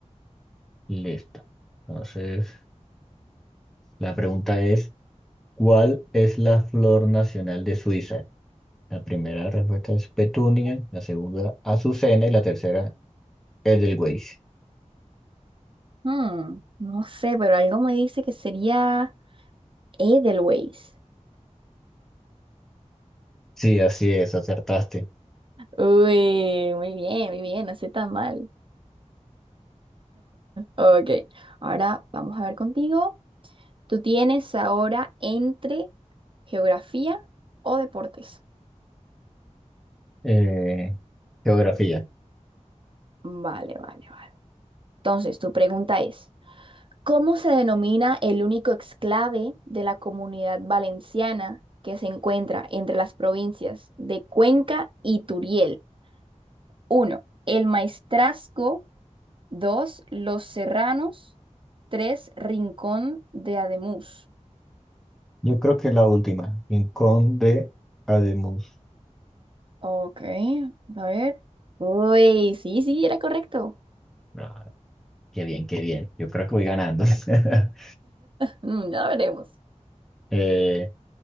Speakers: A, in the centre; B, on the right.
A: Listo. Entonces, la pregunta es, ¿cuál es la flor nacional de Suiza? La primera respuesta es petunia, la segunda azucena y la tercera Edelweiss.
B: Mm, no sé, pero algo me dice que sería Edelweiss.
A: Sí, así es, acertaste.
B: Uy, muy bien, muy bien, no sé tan mal. Ok, ahora vamos a ver contigo. Tú tienes ahora entre geografía o deportes.
A: Eh, geografía.
B: Vale, vale, vale. Entonces, tu pregunta es, ¿Cómo se denomina el único exclave de la Comunidad Valenciana que se encuentra entre las provincias de Cuenca y Turiel? Uno, El Maestrazgo. 2, Los Serranos. 3, Rincón de Ademuz.
A: Yo creo que la última, Rincón de Ademus.
B: Ok, a ver. Uy, sí, sí, era correcto.
A: Ah, qué bien, qué bien. Yo creo que voy ganando. <laughs>
B: Mm, ya veremos.
A: Eh,